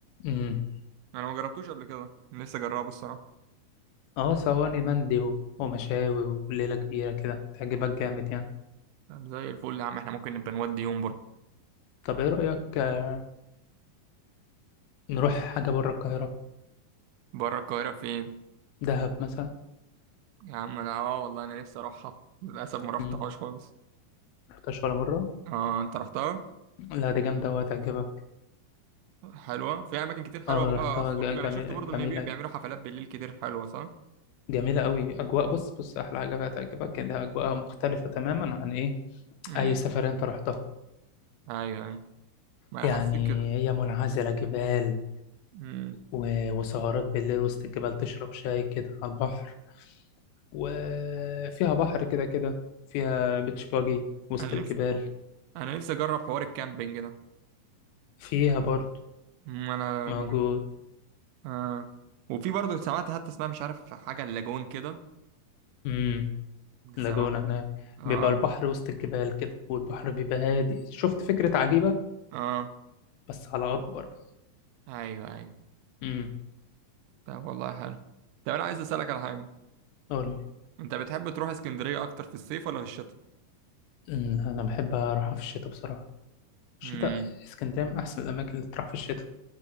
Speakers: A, on the left; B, on the right.
A: امم
B: انا ما جربتوش قبل كده لسه جربه الصراحه
A: اه صواني مندي و- ومشاوي وليلة كبيرة كده تعجبك جامد يعني
B: طب زي الفل يا عم احنا ممكن نبقى نودي يوم بره
A: طب ايه رأيك آه، نروح حاجة بره القاهرة
B: بره القاهره فين
A: دهب مثلا
B: يا عم انا اه والله انا نفسي اروحها للاسف ما رحتهاش
A: امم
B: خالص
A: رحتهاش ولا مرة
B: اه انت رحتها
A: لا دي جامدة وهتعجبك
B: حلوه في اماكن كتير حلوه
A: اه
B: بقى
A: رحتها
B: خروج
A: ج-
B: انا
A: جميلة
B: شفت برضو
A: جميلة
B: ان بي- بيعملوا حفلات بالليل كتير حلوه صح
A: جميلة قوي اجواء بص بص احلى حاجة فيها هتعجبك انها اجواءها مختلفة تماما عن ايه
B: امم
A: اي سفر انت رحتها
B: ايوه ايوه ما انا
A: يعني
B: حسيت كده
A: هي منعزلة جبال
B: امم
A: و- وسهرات بالليل وسط الجبال تشرب شاي كده على البحر وفيها بحر كده كده فيها بيتش باجي وسط
B: انا
A: الجبال
B: نفسي انا نفسي اجرب حوار الكامبينج ده
A: فيها برضه
B: أمم، انا
A: موجود
B: آه. وفي برضه سمعت حتى اسمها مش عارف حاجه اللاجون كده
A: امم لاجونا
B: سمعت
A: هناك
B: اه
A: بيبقى البحر وسط الجبال كده والبحر بيبقى هادي شفت فكرة عجيبة
B: اه
A: بس على أكبر بقى
B: ايوه ايوه
A: امم
B: طب والله حلو طب انا عايز اسالك على حاجه
A: قول لي
B: انت بتحب تروح اسكندريه اكتر في الصيف ولا في الشتاء
A: أمم، أنا بحب أروحها في الشتاء بصراحة الشتاء
B: امم
A: اسكندرية من أحسن الأماكن اللي تروح في الشتاء